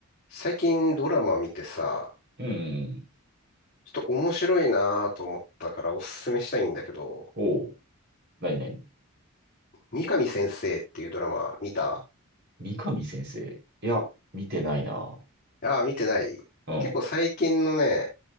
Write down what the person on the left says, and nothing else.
最近ドラマ見てさ、
ちょっと面白いなと思ったからおすすめしたいんだけど、
三上先生っていうドラマ見た
ああー、見てない結構最近のね、